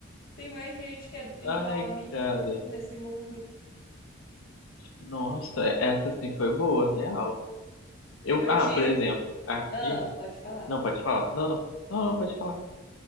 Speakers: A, on the left; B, on the left.
A: Tem mais gente que é igual
B: Ai,
A: a mim
B: cara.
A: nesse mundo.
B: Nossa, essa sim foi boa, real. Eu,
A: Eu
B: ah,
A: tinha.
B: por exemplo, aqui.
A: Ah, pode falar.
B: Não, pode falar. Não, não. Não, não, pode falar.